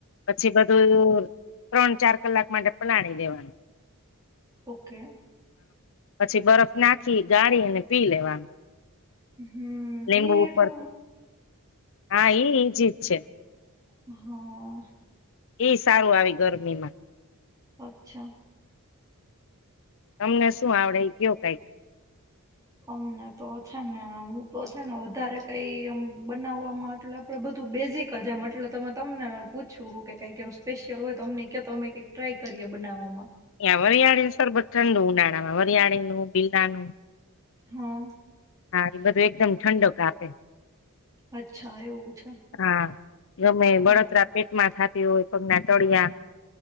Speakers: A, on the left (about 60°); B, on the right (about 15°).
A: પછી બધું ત્રણ ચાર કલાક માટે પલાણી દેવાનું.
B: ઓકે.
A: પછી બરફ નાખી ગાળી અને પી લેવાનું.
B: હમ
A: લીંબુ
B: એ એટલું.
A: ઉપર હા એ ઈજી જ છે.
B: હમ.
A: એ સારું આવી ગરમીમાં.
B: અચ્છા.
A: તમને શું આવડે કહો કઈક?
B: અમને તો છે ને હું તો છે ને વધારે કઈ એમ બનાવવામાં એટલે આપડે બધું બેઝિક જ એમ એટલે તમને પૂછું કે કઈક એમ સ્પેશિયલ હોય તો અમને તો અમે કઈક ટ્રાય કરીએ બનાવવામાં.
A: એ વરિયાળી સરબત ઠંડું ઉનાળા માં વરિયાળી નું <unintelligible> નું
B: હા
A: હા એ બધું એકદમ ઠંડો કાપે.
B: અચ્છા એવું છે.
A: હા ગમે બળતરા
B: એ
A: પેટમાં થા એ હોય પગના તળિયા